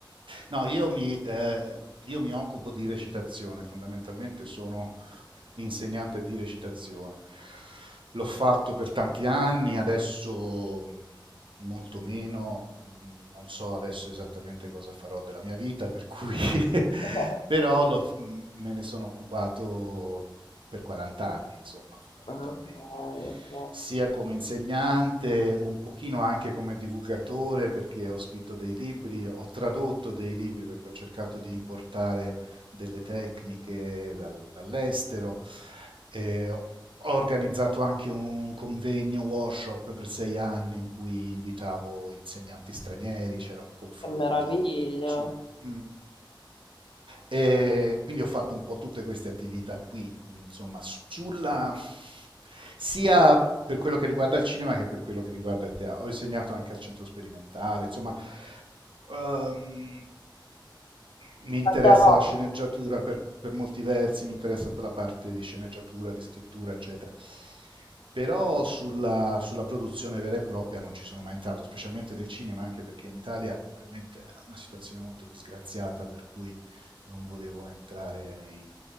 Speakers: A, on the right; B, on the left.
A: No, io mi, eh, io mi occupo di recitazione, fondamentalmente sono insegnante di recitazione. L'ho fatto per tanti anni, adesso mh, molto meno, mh, non so adesso esattamente cosa farò della mia vita, per cui <laughs>
B: Ok, <laughs>
A: però l'ho f- me ne sono occupato per 40 anni, insomma, fondamentalmente,
B: ok. ok.
A: sia come insegnante, un pochino anche come divulgatore, perché ho scritto dei libri, ho tradotto dei libri, perché ho cercato di importare delle tecniche dal- dall'estero. Eh, ho organizzato anche un convegno, workshop per sei anni in cui invitavo insegnanti stranieri, c'era un confronto
B: Che meraviglia,
A: sul... Mm. E quindi ho fatto un po' tutte queste attività qui, insomma, sulla sia per quello che riguarda il cinema che per quello che riguarda il teatro. Ho insegnato anche al centro sperimentale, insomma, ehm, mi interessa
B: tanta roba.
A: la sceneggiatura per, per molti versi, mi interessa tutta la parte di sceneggiatura, di scrittura, eccetera. Però sulla, sulla produzione vera e propria non ci sono mai entrato, specialmente del cinema, anche perché in Italia veramente è una situazione molto disgraziata, per cui non volevo entrare nei,